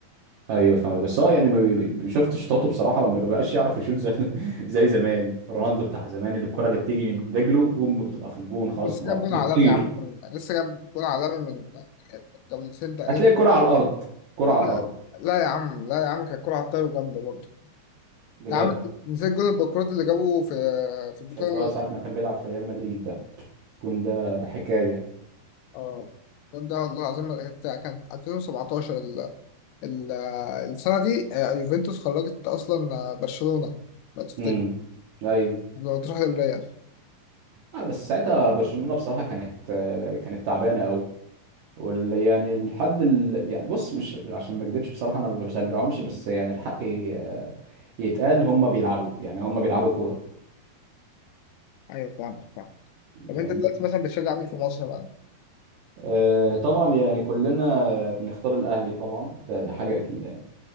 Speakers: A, on the right (about 65°); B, on the left (about 80°).
A: ايوه فاهم بس هو يعني ما بي- بي- شفت شطاته بصراحة ما بقاش يعرف يشوط زي <laughs> زي زمان رونالدو بتاع زمان اللي الكرة اللي بتيجي من رجله بوم بتبقى في الجون خلاص
B: بس
A: بتبقى
B: جاب جون
A: بتطير
B: عالمي يا عم من- لسه جاب جون عالمي من من جولتين تقريبا
A: هتلاقي كرة على الأرض كرة
B: لا
A: على الأرض
B: لا يا عم لا يا عم كانت كوره على الطاير جامده برضه
A: بجد
B: انت عامل نسيت جون البكرات اللي جابوه في في البطوله
A: ف- اه ساعة ما كان بيلعب في ريال مدريد ده كون ده حكاية
B: اه الجون ده والله العظيم كان 2017 ال- السنة دي آه، يوفنتوس خرجت أصلا آه، برشلونة لو تفتكر
A: امم ايوه
B: لو تروح للريال
A: آه بس ساعتها برشلونة بصراحة كانت آه كانت تعبانة قوي وال يعني الحد ال... يعني بص مش عشان ما اكدبش بصراحة انا ما بشجعهمش بس يعني الحق ي- آه، يتقال هم بيلعبوا يعني هم بيلعبوا كورة
B: أيوة فاهمك فاهم طب
A: فاهمني
B: أنت دلوقتي مثلا بتشجع مين في مصر بقى؟
A: آه طبعا يعني كلنا بنختار الاهلي طبعا ده, ده حاجة اكيد يعني